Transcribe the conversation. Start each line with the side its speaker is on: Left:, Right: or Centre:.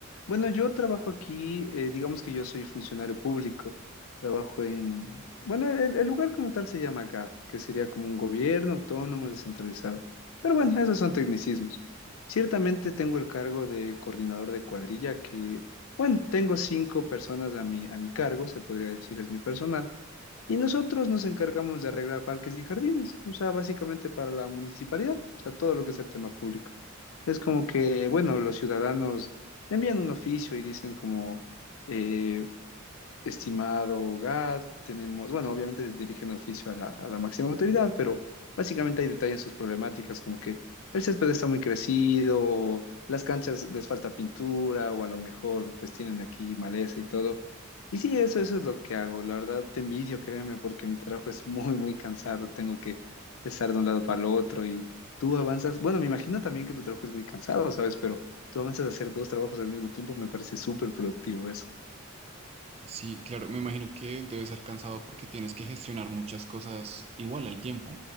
Left: Bueno, yo trabajo aquí, eh, digamos que yo soy funcionario público, trabajo en, bueno, el, el lugar como tal se llama GAT, que sería como un gobierno autónomo descentralizado. Pero bueno, esos son tecnicismos. Ciertamente tengo el cargo de coordinador de cuadrilla, que, bueno, tengo cinco personas a mi, a mi cargo, se podría decir es mi personal. Y nosotros nos encargamos de arreglar parques y jardines, o sea, básicamente para la municipalidad, o sea, todo lo que es el tema público. Es como que, bueno, los ciudadanos envían un oficio y dicen como, eh, estimado GAD, tenemos, bueno, obviamente dirigen el oficio a la, a la máxima autoridad, pero básicamente hay detalle en sus problemáticas, como que el césped está muy crecido, o las canchas les falta pintura, o a lo mejor pues tienen aquí maleza y todo. Y sí, eso, eso es lo que hago. La verdad, te envidio, créeme, porque mi trabajo es muy, muy cansado. Tengo que estar de un lado para el otro y tú avanzas. Bueno, me imagino también que tu trabajo es muy cansado, ¿sabes? Pero tú avanzas a hacer dos trabajos al mismo tiempo, me parece súper productivo eso.
Right: Sí, claro, me imagino que debe ser cansado porque tienes que gestionar muchas cosas igual al tiempo,